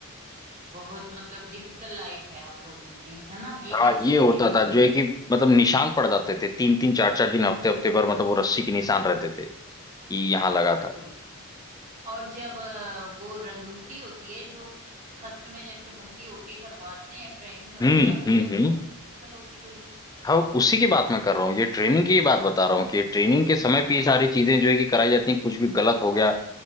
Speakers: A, on the right; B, on the left.
A: बहुत मतलब डिफिकल्ट लाइफ है आप लोगों की है ना ये
B: हाँ
A: कह
B: ये
A: सकते
B: होता
A: हैं
B: था जो है कि मतलब निशान पड़ जाते थे तीन तीन चार चार दिन हफ्ते हफ्ते पर मतलब वो रस्सी के निशान रहते थे कि यहाँ लगा
A: बिल्कुल
B: था
A: और जब अ, वो रंगरूटी होती है जो फर्स्ट में जैसे भर्ती होके करवाते हैं ट्रेनिंग वगैरह
B: हम्म
A: वो
B: हम्म
A: तो
B: हम्म
A: बहुत डिफिकल्ट होती होगी
B: हाँ उसी की बात मैं कर रहा हूँ ये ट्रेनिंग की बात बता रहा हूँ कि ट्रेनिंग के समय
A: हाँ
B: पे ये सारी चीजें जो है कि कराई जाती हैं कुछ भी गलत हो गया